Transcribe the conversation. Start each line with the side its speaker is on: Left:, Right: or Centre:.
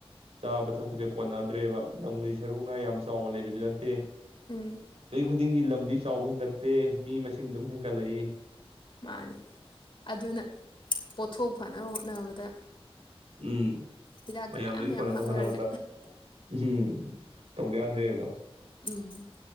Right: ꯆꯥꯕ ꯊꯛꯄꯁꯦ ꯀꯣꯟꯅꯗ꯭ꯔꯦꯕ ꯂꯝꯒꯤ ꯁꯔꯨꯛꯅ ꯌꯥꯝ ꯆꯥꯎꯅ ꯂꯩꯕꯁꯨ ꯅꯠꯇꯦ
Left: ꯎꯝ
Right: ꯆꯥꯍꯤ ꯈꯨꯗꯤꯡꯒꯤ ꯂꯝꯗꯤ ꯆꯥꯎ ꯍꯦꯟꯒꯠꯇꯦ ꯃꯤ ꯃꯁꯤꯡ ꯑꯗꯨꯝ ꯍꯦꯟꯒꯠꯂꯛꯏ
Left: ꯃꯥꯅꯤ ꯑꯗꯨꯅ ꯄꯣꯠꯊꯣꯛ ꯐꯅꯕ ꯍꯣꯠꯅꯕꯗ
Right: ꯎꯝ
Left: ꯍꯤꯗꯥꯛꯇꯣ
Right: ꯃꯌꯥꯝꯗꯨꯒꯤ
Left: ꯃꯌꯥꯝ ꯃꯌꯥꯝ
Right: ꯀꯣꯟꯅꯅꯕ
Left: ꯍꯥꯞꯅꯔꯦ
Right: ꯍꯣꯠꯅꯕꯗ ꯎꯝ ꯇꯧꯗ ꯌꯥꯗ꯭ꯔꯦꯕ
Left: ꯎꯝ